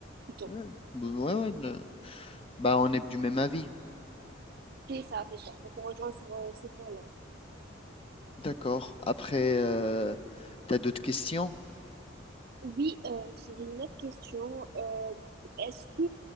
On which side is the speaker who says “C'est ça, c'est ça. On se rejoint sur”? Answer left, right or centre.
Right